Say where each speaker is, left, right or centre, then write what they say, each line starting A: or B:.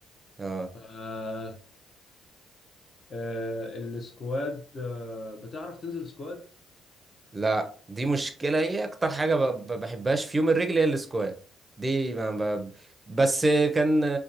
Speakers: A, on the right; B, on the left.
A: اه
B: آه، آه، السكواد آه، بتعرف تنزل سكواد
A: لا دي مشكلة هي أكتر حاجة ما بحبهاش في يوم الرجل هي السكوات دي ما ما- بس كان